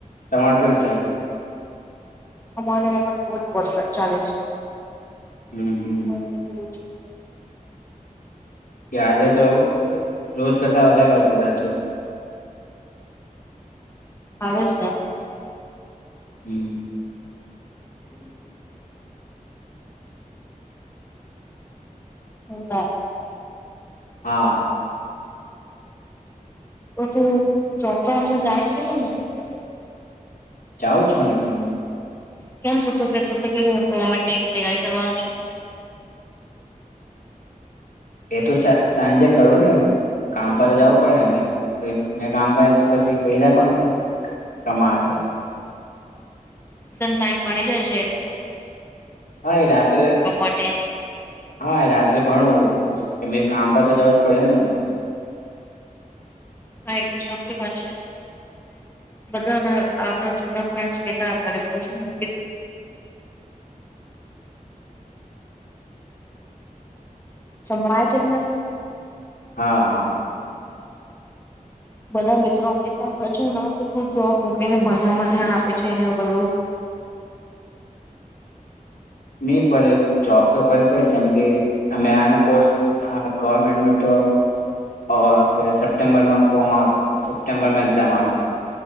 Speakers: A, on the left (about 75°); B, on the left (about 15°).
A: તમારું કેવું ચલે
B: અમારે ત્યાં પણ બહુજ વરસાદ ચાલે છે
A: હમ હમ
B: <unintelligible>
A: કે આજે તો રોજ કરતા વધારે વરસાદ હતું
B: આવે છે
A: હમ
B: <unintelligible> <unintelligible>
A: હા
B: તો તું જોબ પણ અમના જાય છે કે તે મૂકી દીધી જોબ
A: જાઉં છું ને એટલે હુ
B: કેમ છ તું કેતો કે હું ગવર્મેન્ટ ની તૈયારી કરવાનું છું
A: એ તો સા સાંજે કરો ને કામ પર તો જવું પડે ને અમે, મેં કામ પા પછી પૈહા <unintelligible> કમાશે.
B: ન ટાઈમ મળી જાય છે એટ વખત
A: હા એ રાત્રે <inaudible>
B: માટે
A: હા રાત્રે ભણ કે કામ પર તો જવું જ પડે ને.
B: હા એ તો સાચી વાત છે. બધા આપડા જૂના ફ્રેન્ કેતા હતાનેકીધું શળ છે એમને
A: હા હા.
B: બધા મિત્રો કેતા હજુ ના કે તું જોબ મૂકીને ભણવામાં ધ્યાન આપે છે એને બધું
A: નહી પડે જોબ તો કરવી પડેને કેમ કે અમે આનું કોર્સ હા ગવર્મેન્ટ તો આપ સપ્ટેમ્બરમાં ફોર્મ આવશે સપ્ટેમ્બરમાં એક્ઝામ આવશે.